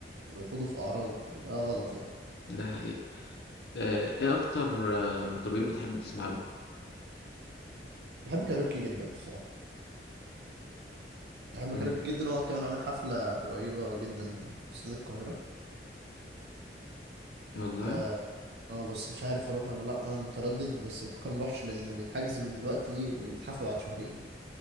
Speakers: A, on the right; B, on the left.
A: ويخوضوا في أعراض وده غلط يعني
B: ده حقيقة آه إيه أكتر آه مطربين بتحب تسمع له؟
A: بحب كايروكي جدا الصراحة بحب
B: امم
A: كايروكي جدا هو كمان عامل حفلة قريبة جدا في استاد القاهرة
B: والله
A: اه آه، بس مش عارف اروح ولا لا انا متردد بس بفكر مروحش لان الحجز من دلوقتي والحفله بعد شهرين